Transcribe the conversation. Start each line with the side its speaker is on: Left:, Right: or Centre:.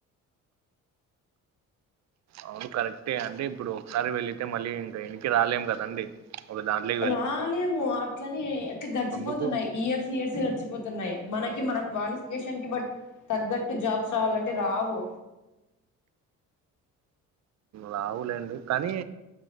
Right: అవును కరెక్టే అండి ఇప్పుడు ఒకసారి వెళ్ళితే మళ్ళీ ఇంకా ఎనకి రాలేం కదండి ఒక దాని
Left: రాలేము అట్లని అట్లా గడిచిపోతున్నాయ్
Right: అందుకు
Left: ఇయర్స్ ఇయర్స్ గడిచిపోతున్నాయి మనకి మన క్వాలిఫికేషన్ కి బట్ తగ్గట్టు జాబ్స్ రావాలంటే రావు
Right: రావులేండి కానీ